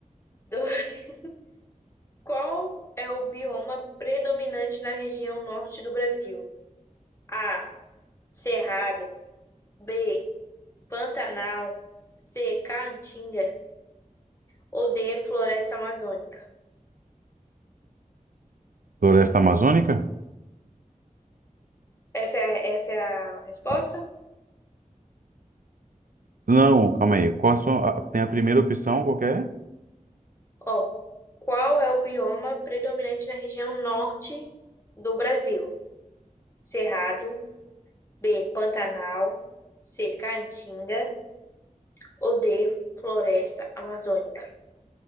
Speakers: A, on the left (about 20°); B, on the right (about 80°).
A: <laughs> Qual é o bioma predominante na região norte do Brasil? A. Cerrado. B. Pantanal. C. Caatinga. ou D, floresta amazônica?
B: Floresta Amazônica?
A: Essa é, essa é a resposta?
B: Ah, Não, calma aí. Qual a sua, a- tem a primeira opção, qual que é?
A: Ó, qual é o bioma predominante na região norte do Brasil? Cerrado, B, Pantanal, C, Caatinga ou D, floresta amazônica?